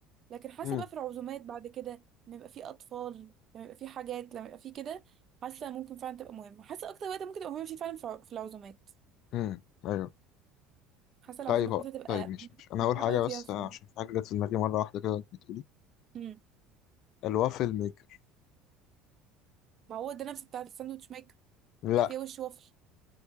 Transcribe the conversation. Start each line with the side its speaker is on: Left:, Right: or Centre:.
Right: لكن حاسة
Left: مم.
Right: بقى في العزومات بعد كده لما يبقى في أطفال لما يبقى في حاجات لما يبقى في كده حاسة ممكن فعلا تبقى مهمة حاسة أكتر وقت ممكن تبقى مهمة فيه فعلا في الع- في العزومات
Left: مم. ايوه
Right: حاسة العزومات
Left: طيب هو
Right: هتبقى
Left: طيب مش مش انا
Right: مهمة
Left: اول حاجه
Right: أوي
Left: بس
Right: فيها فعلا
Left: آه، عشان في حاجه جت في دماغي مره واحده كده وانت بتقولي
Right: أمم.
Left: الوافل ميكر
Right: ما هو ده نفس بتاعة الساندوتش ميك
Left: لا
Right: يبقى فيها وش وفل